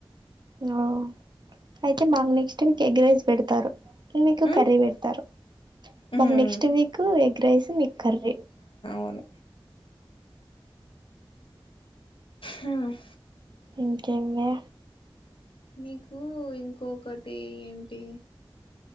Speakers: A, on the right; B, on the left.
A: ఓ అయితే మాకు నెక్స్ట్ వీక్ ఎగ్ రైస్ పెడతారు మీకు
B: ఉమ్
A: కర్రీ పెడతారు
B: ఉమ్
A: మాకు నెక్స్ట్ వీక్ ఎగ్ రైస్ మీకు కర్రీ
B: మవును మ్..
A: ఇంకేం వే
B: నీకు ఇంకొకటి ఏంటి